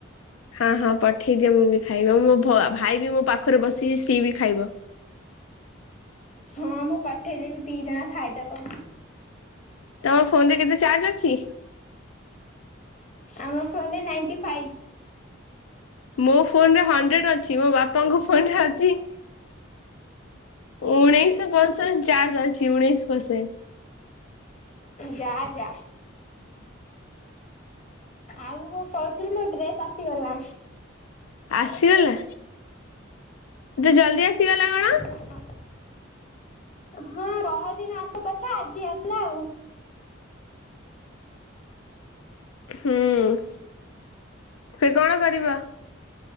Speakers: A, on the left; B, on the left.
A: ହଁ ହଁ ପଠେଇ ଦିଅ ମୁଁ ବି ଖାଇବ ମୋ ଭାଇ ବି ମୋ ପାଖରେ ବସିଛି ସିଏ ବି ଖାଇବ।
B: ହଁ ମୁଁ ପଠେଇ ଦେବି ଦି ଜଣ ଖାଇଦବ।
A: ତମ ଫୋନରେ କେତେ ଚାର୍ଜ ଅଛି।
B: ଆମ ଫୋନରେ ନାଇଣ୍ଟି ଫାଇଭ୍।
A: ମୋ ଫୋନରେ ହଣ୍ଡ୍ରେଡ ଅଛି ମୋ ବାପାଙ୍କ ଫୋନ ରେ ଅଛି ଉଣେଇଶ ର୍ପସେଣ୍ଟ ଚାର ଅଛି ଉଣେଇଶ ପସେଣ୍ଟ।
B: ଯା ଯା ଆଉ କ ଥିଲି ମୋ ଡ୍ରେସ ଆସିଗଲା।
A: ଆସିଗଲା ଏତେ ଜଲଦି ଆସିଗଲା କଣ।
B: ହଁ। ହଁ ବହେଦିନ ଆସିବା କଥା ଆଜି ଆସିଲା ଆଉ।
A: ହୁଁ ସେ କଣ କରିବ।